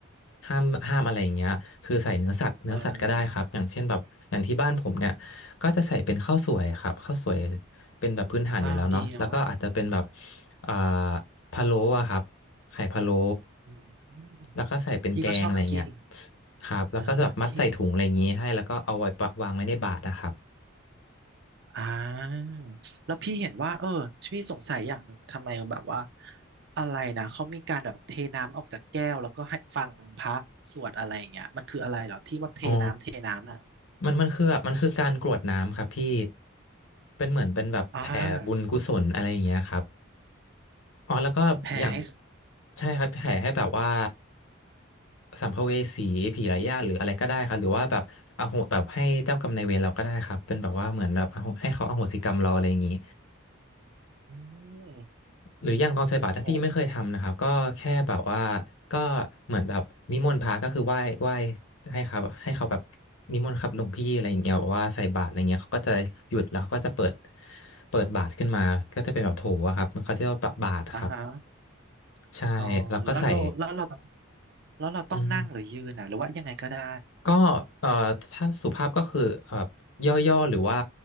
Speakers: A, on the left; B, on the right.
A: ห้ามห้ามอะไรอย่างเงี้ยคือใส่เนื้อสัตว์เนื้อสัตว์ก็ได้ครับอย่างเช่นแบบอย่างที่บ้านผมเนี่ย
B: เออ
A: ก็จะใส่เป็นข้าวสวยครับข้าวสวยเป็นแบบพื้นฐานอยู่แล้วเนาะแล้วก็อาจจะเป็นแบบ
B: อ้าวดีเนาะ
A: เอ่อพะโล้อะครับไข่พะโล้
B: อืม
A: แล้วก็ใส่เป็นแกงอะไรเงี้ย
B: พี่ก็ชอบกิน
A: ครับแล้วก็แบบมัดใส่ถุงอะไรอย่างงี้ให้แล้วก็เอาไว้ปะวางไว้ในบาตรนะครับ
B: เออพี่อ่าแล้วพี่เห็นว่าเออพี่สงสัยอย่างหนึ่งทำไมแบบว่าอะไรนะเขามีการแบบเทน้ำออกจากแก้วแล้วก็ให้ฟังพระสวดอะไรอย่างเงี้ยมันคืออะไรเหรอที่ว่าเทน้ำเทน้ำอ่ะ
A: อ๋อ มันมันคือแบบมันคือการกรวดน้ำครับพี่เป็นเหมือนเป็นแบบแผ่บุญกุศลอะไรอย่างเงี้ยครับ
B: อ่า
A: อ๋อแล้วก็อย่าง
B: แผ่ให้
A: ใช่ครับแผ่ให้แบบว่าสัมภเวสีผีไร้ญาติหรืออะไรก็ได้ครับหรือว่าแบบอโหแบบให้เจ้ากรรมนายเวรเราก็ได้ครับเป็นแบบว่าเหมือนแบบอโหให้เขาอโหสิกรรมเราอะไรอย่างงี้
B: อืม
A: หรืออย่างตอนใส่บาตรถ้าพี่ไม่เคยทำนะครับก็แค่แบบว่า
B: โอ้โห
A: ก็เหมือนแบบนิมนต์พระก็คือไหว้ไหว้ให้ครับให้เขาแบบนิมนต์ครับหลวงพี่อะไรอย่างเงี้ยบอกว่าใส่บาตรอะไรเงี้ยเขาก็จะหยุดแล้วเขาก็จะเปิดเปิดบาตรขึ้นมาก็จะเป็นแบบโถอะครับเขาเรียกว่าบาตรครับ
B: อ่าฮะ
A: ใช่แล้วก็ใส่
B: อ๋อแล้วเราแล้วเราแล้วเราต้องนั่งหรือยืนอ่ะหรือว่ายังไงก็ได้
A: อืม ก็เอ่อถ้าสุภาพก็คือเอ่อย่อๆหรือว่า